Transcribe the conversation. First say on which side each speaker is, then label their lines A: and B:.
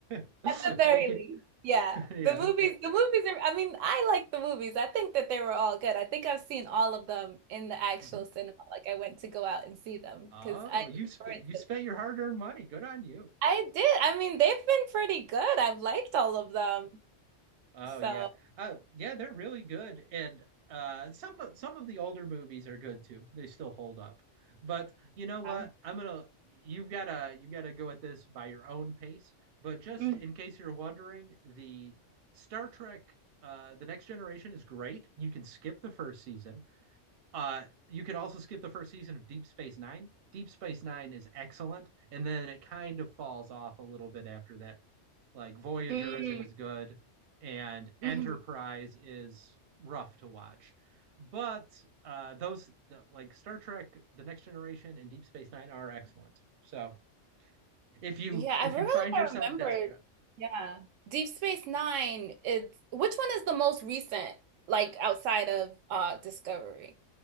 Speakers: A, on the right; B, on the right.
A: <laughs> thank
B: at the very
A: you.
B: least. Yeah.
A: <laughs> yeah.
B: The movies, the movies are, I mean, I like the movies. I think that they were all good. I think I've seen all of them in the actual
A: Mhm.
B: cinema. Like I went to go out and see them because
A: Oh,
B: I
A: you sp
B: or
A: you
B: them.
A: spent your hard-earned money. Good on you.
B: I did. I mean, they've been pretty good. I've liked all of them.
A: Oh
B: So,
A: yeah. Oh yeah, they're really good. And uh some of some of the older movies are good too. They still hold up. But you know what?
B: um,
A: I'm gonna you've gotta you've gotta go at this by your own pace. But just
B: mhm.
A: in case you're wondering, the Star Trek uh The Next Generation is great. You can skip the first season. Uh you can also skip the first season of Deep Space Nine. Deep Space Nine is excellent, and then it kind of falls off a little bit after that. Like Voyager
B: Mm,
A: isn't as good, and Enterprise
B: mhm.
A: is rough to watch. But uh, those the, like Star Trek, The Next Generation, and Deep Space Nine are excellent. So if you
B: Yeah, I
A: if
B: really
A: you find
B: like
A: yourself
B: I remembered.
A: desperate,
B: Yeah. Deep Space Nine, it's which one is the most recent, like outside of uh Discovery?
A: uh,